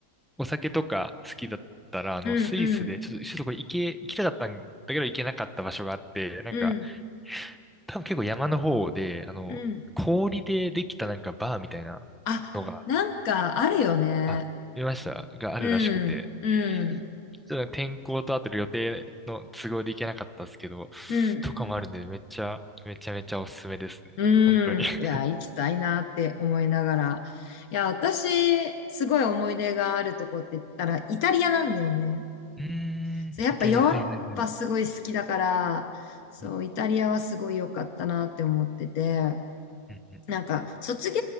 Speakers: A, in the centre; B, on the left (about 85°).
A: お酒とか好きだったら、あの、
B: うんうん、
A: スイスで、ちょっと、ちょっとこれ行け、行きたかったんだけど行けなかった場所があって、なんか、
B: うん、
A: 多分結構山の方で、あの、
B: うん。
A: 氷でできたなんかバーみたいなのが、
B: あ、なんかあるよね。
A: あ、見ました、があるらしくて、
B: うん、うん、
A: ちょっと天候とあと予定の都合で行けなかったですけど、
B: うん、
A: とかもあるんで、めっちゃ、めちゃめちゃおすすめですね。
B: うん。
A: 本当に。<laughs>
B: いや、行きたいなって思いながら。いや、私、すごい思い出があるとこって言ったら、イタリアなんだよね。
A: うーん、
B: そう、やっぱヨーロッパすごい好きだから、
A: イタリア、はいはいはい。
B: そう、
A: うん
B: イタリアはすごい良かったなって思ってて、
A: うんうん。
B: なんか、卒業